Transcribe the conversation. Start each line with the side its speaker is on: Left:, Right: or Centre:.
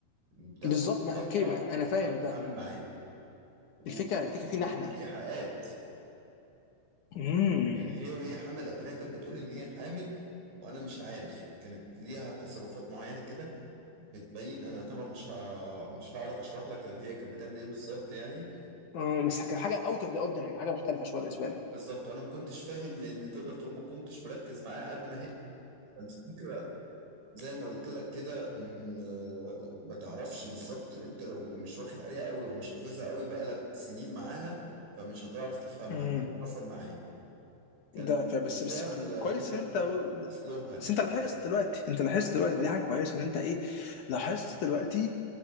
Right: بتعرف
Left: بالظبط ما
Right: تصاحبها
Left: اوكي ما انا
Right: وبتعرف
Left: فاهم ده
Right: تتعامل معاه وبتديك
Left: الفكره الفكره فينا احنا
Right: ايحاءات
Left: امم
Right: يعني هي وهي حامل اتاريها كانت بتقول ان هي حامل وانا مش عارف كانت ليها تصرفات معينه كده بتبين انا طبعا مش ه... مش هعرف اشرح لك اللي هي كانت بتعمل ايه بالظبط يعني
Left: أمم، بس كان حاجه اوت اوف ذا اوردينري حاجه مختلفه شويه بالنسبه لي
Right: بالظبط انا ما كنتش فاهم لان تقدر تقول ما كنتش مركز معاها قد ما هي الفكرة زي ما قلت لك كده م- آه، ما تعرفش بالظبط انت لو مش واخد عليها قوي او مش حافظها قوي بقالك سنين معاها فمش هتعرف تفهمها
Left: امم
Right: ده اللي حصل معايا كان
Left: ده ف- بس
Right: بالفعل
Left: بس
Right: آه،
Left: كويس
Right: ليها
Left: إن انت
Right: اسلوبها كده
Left: بس انت لاحظت دلوقتي انت لاحظت دلوقتي فدي حاجه كويسه ان انت ايه لاحظت دلوقتي